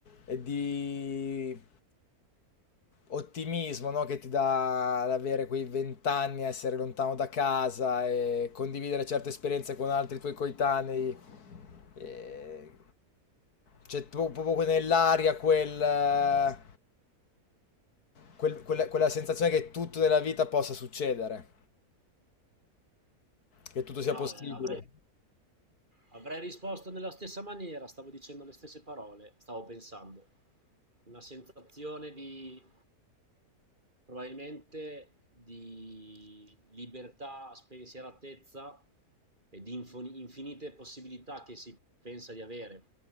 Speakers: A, on the left (about 80°); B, on the right (about 30°).
A: e di ottimismo, no? Che ti dà l'avere quei vent'anni, essere lontano da casa e condividere certe esperienze con altri tuoi coetanei. E C'è tro- proprio nell'aria quel, eh, quel- quella quella sensazione che tutto nella vita possa succedere. Che tutto sia
B: No,
A: possibile.
B: eh, avrei, avrei risposto nella stessa maniera, stavo dicendo le stesse parole, stavo pensando. Una sensazione di, probabilmente, di libertà, spensieratezza e di infoni- infinite possibilità che si pensa di avere